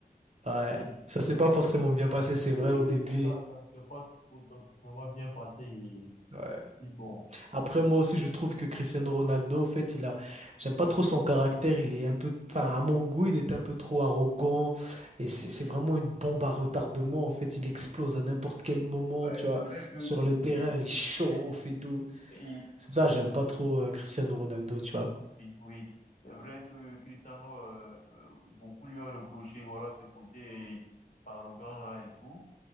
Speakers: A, on the right (about 45°); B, on the left (about 50°).
A: Ouais,
B: Oui,
A: ça s'est
B: oui,
A: pas forcément bien passé, c'est vrai,
B: oui,
A: au début.
B: oui, c'est ça, ça ne s'est pas tout vraiment bien passé. Et,
A: Ouais.
B: puis bon,
A: Après, moi aussi, je trouve que Cristiano Ronaldo, en fait, il a, j'aime pas trop son caractère, il est un peu, enfin, à mon goût, il est un peu trop arrogant, et c'est, c'est vraiment une bombe à retardement, en fait, il explose à n'importe quel moment,
B: Ouais,
A: tu vois, sur le
B: oui,
A: terrain, il chauffe
B: oui,
A: et tout.
B: et-
A: C'est pour ça,
B: et-
A: que j'aime pas trop euh, Cristiano Ronaldo, tu vois.
B: oui, c'est vrai que Cristiano, euh, euh, beaucoup lui ont reproché, voilà, ce côté arrogant et tout.